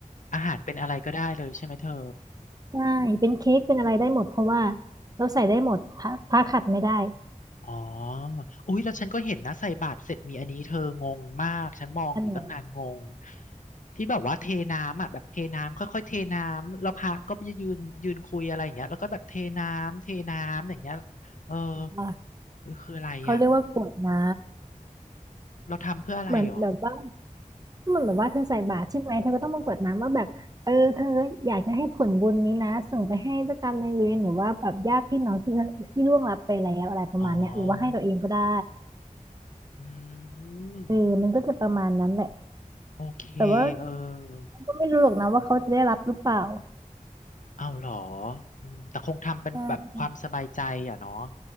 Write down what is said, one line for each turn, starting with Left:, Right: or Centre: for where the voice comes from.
Left: อาหารเป็นอะไรก็ได้เลยใช่ไหมเธอ
Right: ใช่เป็นเค้กเป็นอะไรได้หมดเพราะว่าเราใส่ได้หมดพระพระขัดไม่ได้
Left: อ๋ออุ๊ยแล้วฉันก็เห็นนะใส่บาตรเสร็จมีอันนี้เธองงมากฉันมองอยู่ตั้งนานงง
Right: อันไหน
Left: ที่แบบว่าเทน้ำอ่ะแบบเทน้ำค่อยๆเทน้ำแล้วพระก็ไปยืนยืนคุยอะไรอย่างเงี้ยแล้วก็แบบเทน้ำเทน้ำอย่างเงี้ยเออ
Right: วะ
Left: เออคืออะไรอ่ะ
Right: เขาเรียกว่ากรวดน้
Left: เราทำเพื่ออะไรหรอ
Right: ำเหมือนแบบว่า มันแบบว่าเธอใส่บาตรใช่ไหมเธอก็ต้องมากรวดน้ำว่าแบบเออเธออยากจะให้ผลบุญนี้นะส่งไปให้เจ้ากรรมนายเวรหรือว่าแบบญาติพี่น้องที่ที่ล่วงลับไปแล้วอะไรประมาณเนี้ยหรือว่าให้ตัวเองก็ได้
Left: อ๋ออืม
Right: เออมันก็จะประมาณนั้นแหละ
Left: โอเค
Right: แต่ว่า
Left: เออ
Right: ก็ไม่รู้หรอกนะว่าเขาจะได้รับหรือเปล่า
Left: เอาเหรออืมแต่คงทำเป็นแบบความสบายใจอ่ะเนาะ
Right: ใช่